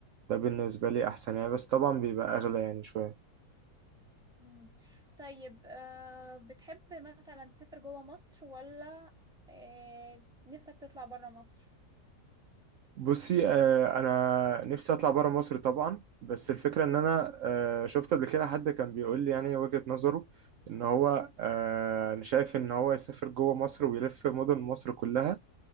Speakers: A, on the right (about 65°); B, in the centre.
A: بالنسبة لي أحسن يعني بس طبعا بيبقى أغلى يعني شوية
B: مم. طيب آه بتحب مثلا تسافر جوه مصر ولا آه نفسك تطلع برا مصر
A: بصي آه، انا نفسي اطلع بره مصر طبعا بس الفكره ان انا آه، شفت قبل كده حد كان بيقول لي يعني وجهه نظره ان هو آه، انا شايف ان هو يسافر جوه مصر ويلف مدن مصر كلها